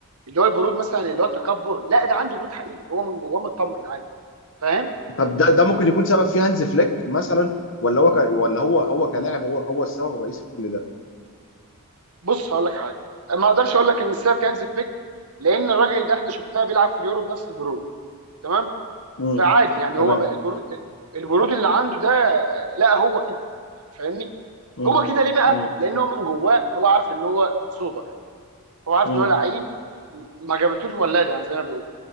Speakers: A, on the right; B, on the left.
A: اللي هو البرود مثلا اللي هو التكبر لا ده عنده برود حقيقي هو من جواه مطمن عادي فاهم
B: طب ده ده ممكن يكون سبب فيه هانز فليك مثلا ولا هو ك... ولا هو هو كلاعب هو هو السبب الرئيسي في كل ده
A: بص هقول لك حاجه ما اقدرش اقول لك ان السبب في هانز فليك لان الراجل ده احنا شفناه بيلعب في اليورو بنفس البرود تمام
B: مم.
A: فعادي يعني
B: تمام
A: هو البرود البرود اللي عنده ده لا هو كده يعني فاهمني
B: مم.
A: هو كده ليه بقى؟
B: مم.
A: لان هو من جواه هو عارف ان هو سوبر هو عارف
B: مم.
A: ان هو لعيب ما جابتوش ولاده يعني زي ما بيقول